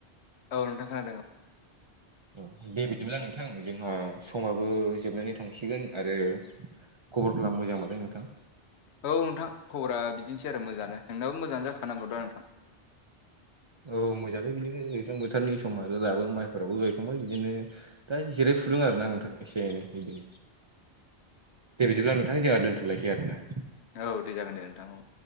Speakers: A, on the left; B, on the right.
A: औ नोंथां खोनादों।
B: औ दे बिदिब्ला नोंथां जोंहा समाबो जोबनानै थांसिगोन आरो खबरफोरा मोजां मालाय नोंथां?
A: औ नोंथां खबरा बिदिनोसै आरो मोजाङानो नोंनाबो मोजां जाखाानांगौ दा नोंथां।
B: औ मोजाङानो बिदिनो दैसे्लां बोथोरनि सम आरो दाबो माइफोराबो गायखांबाय बिदिनो दा जिराय फुलुं आरोना नोंथां एसे एनै बिदिनो दे बिदिब्ला नोंथां जोंहा दोनथ'लायसै आरोना।
A: औ दे जागोन दे नोंथां औ।